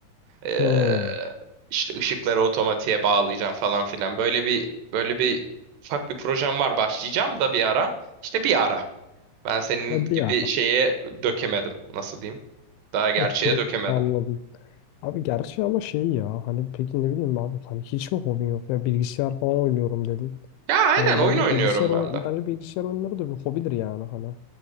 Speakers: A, on the right; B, on the left.
A: Ee,
B: Hı.
A: işte ışıkları otomatiğe bağlayacağım falan filan. Böyle bir böyle bir ufak bir projem var. Başlayacağım da bir ara. İşte bir ara. Ben senin
B: Ha, Bir
A: gibi
B: ara.
A: şeye dökemedim. Nasıl diyeyim? Daha gerçeğe
B: Hı, dur,
A: dökemedim.
B: Anladım. Abi gerçi ama şey ya hani peki ne bileyim abi hani hiç mi hobin yok ya bilgisayar falan oynuyorum dedin.
A: Ya aynen
B: Hani
A: oyun
B: bence
A: oynuyorum
B: bilgisayar oy-
A: ben de.
B: bence bilgisayar oyunları da bir hobidir yani hani.